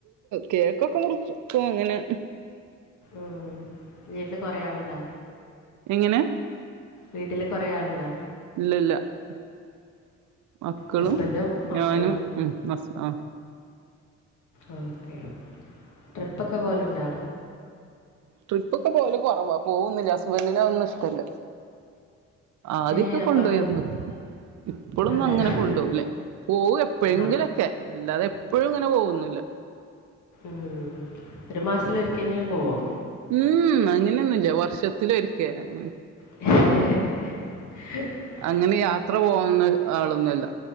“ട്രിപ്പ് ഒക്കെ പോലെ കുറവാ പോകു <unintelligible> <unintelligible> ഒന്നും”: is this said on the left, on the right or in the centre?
Right